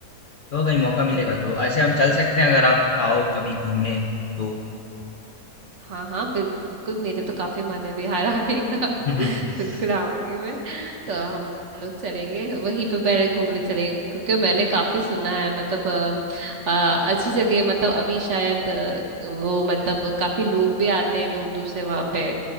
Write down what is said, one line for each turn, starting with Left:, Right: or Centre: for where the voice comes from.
Left: तो कभी मौका मिलेगा
Right: अ-
Left: तो ऐसे हम चल सकते हैं अगर आप आओ कभी घूमने तो
Right: हाँ हाँ बिल्कुल मेरे तो काफी मन है बिहार आने का
Left: <laughs>
Right: बिल्कुल आऊंगी मैं तो हम लोग चलेंगे वहीं पे पहले घूमने चलेंगे क्योंकि मैंने काफी सुना है मतलब अ, अ, अच्छी जगह मतलब अभी शायद अ, वो मतलब काफी लोग भी आते हैं दूर दूर से वहां पे